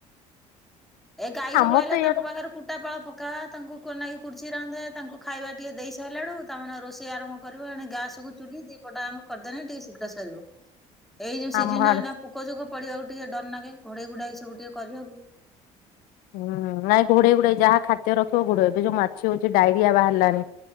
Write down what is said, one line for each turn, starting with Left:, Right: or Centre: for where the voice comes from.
Centre: ଏ ଗାଈ ଗୋରୁଆଇଲେ
Left: ଆମର ତ
Centre: ତାଙ୍କ
Left: ଇଆଡେ
Centre: ପାଖରେ କୁ କୋଟାପାଳ ପକା ତାଙ୍କୁନାଗିକୁର୍ଚି ରାନ୍ଧେ ତାଙ୍କୁ ଖାଇବା ଟିକେ ଦେଇ ସାରିଲାଳୁ ତାମାନେେ ରୋଷେଇ ଆରମ୍ଭ କରିବ ଏେ ଗାସ କୁ ଚୁଲି ଦି ପଟା ଆମକୁ କରିଦେଲେ ଟିକେ ଶୀଘ୍ର ସରିବ। ଏଇ ଯୋଉ ସିଜିନ
Left: ଆମ ଆଡେ
Centre: ଆଇଲା ପୋକ ଜୋକ ପଡିବାକୁ ଟିକେ ଡର ନାଗେ ଘୋଡେଇ ଘୋଡାଇ ସବୁ ଟିକେ କରିବାକୁ।
Left: ହୁଁ ନାଇଁ ଘୋଡେଇ ଘୋଡେଇ ଯାହା ଖାଦ୍ୟ ରଖିବ ଘୋଡେଇ ଏବେ ଯୋଉ ମାଛି ହଉଛି ଡାଇରିଆ ବାହାରିଲାଣି।